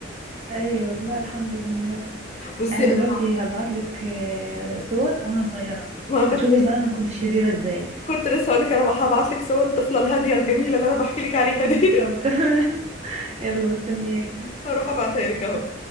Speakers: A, on the right; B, on the left.
A: ايوه لا الحمد لله
B: بصي
A: عايزة
B: انا
A: دلوقتي هبعتلك آه، صور وانا صغيرة
B: ما أنا كنت
A: هتشوفي
B: بس
A: بقى انا كنت شريرة ازاي
B: كنت لسه هقولك انا هبعت لك صور الطفله الهاديه الجميله اللي انا بحكي لك عليها دي
A: طب تمام <laughs> يلا مستنياك
B: <laughs> هروح ابعتها لك اهو